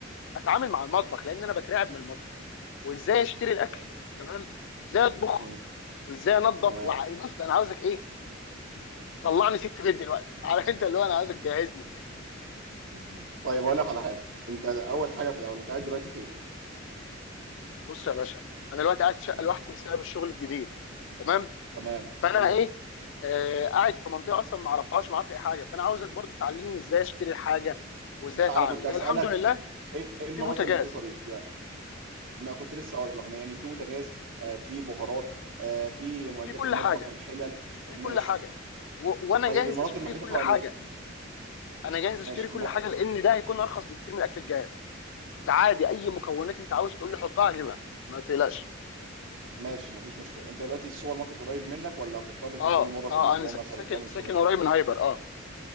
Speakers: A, on the left; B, on the right.
A: اتعامل مع المطبخ لان انا بترعب من المطبخ وازاي اشتري الاكل
B: طيب
A: تمام ازاي اطبخ
B: اه
A: وازاي انظف
B: تمام
A: وع- بص انا عاوزك ايه طلعني
B: اه
A: ست بيت دلوقتي <laughs> عارف انت اللي هو انا عايزك تجهزني
B: <laughs> طيب اقول لك على حاجه انت اول حاجه في الاول انت قاعد دلوقتي فين
A: بص يا باشا انا دلوقتي قاعد في شقه
B: اه
A: لوحدي بسبب الشغل الجديد تمام
B: تمام
A: فانا
B: مم.
A: ايه آه قاعد في منطقه اصلا ما اعرفهاش ما اعرفش اي حاجه فانا عاوزك برضو تعلمني ازاي اشتري الحاجه وازاي
B: لا لا
A: اتعامل
B: انا كنت اسالك
A: هي الحمد لله
B: إن- ايه إيه المناطق
A: في بوتاجاز
B: المحيطه بيك يعني ما كنت لسه اقول لك يعني في بوتاجاز آه، في بهارات آه، في معدات
A: في كل
B: المطبخ
A: حاجه
B: الحلل ماشي
A: في كل حاجه و... وانا
B: طيب
A: جاهز
B: المناطق
A: اشتري
B: المحيطه
A: كل
B: حواليك
A: حاجه انا جاهز اشتري
B: ماشي
A: كل
B: الم...
A: حاجه لان ده هيكون ارخص بكتير من الاكل الجاهز عادي اي مكونات انت عاوز تقول لي حطها اجيبها ما تقلقش
B: ماشي مفيش مشكله انت دلوقتي السوبر ماركت قريب منك ولا هتضطر تنزله
A: اه
B: مره
A: اه
B: في الاسبوع
A: انا س-
B: مثلا
A: ساكن
B: تعمل
A: ساكن
B: شوبينج
A: قريب من هايبر اه